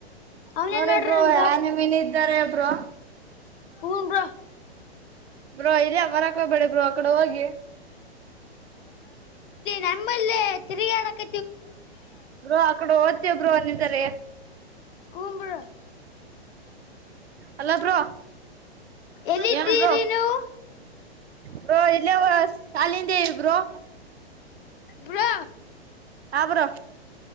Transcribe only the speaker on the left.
ಅವನೇನ್
ನೋಡ್ರಿ
ನಮ್
ದೋಸ್ತ್
ಹೂ ಬ್ರೋ
ನಮ್ಮಲ್ಲಿ ತಿರಗಾಡಕ
ಹೂಂ ಬ್ರೋ
ಎಲ್ಲಿದ್ದೀರಿ
ನೀವು
ಬ್ರೋ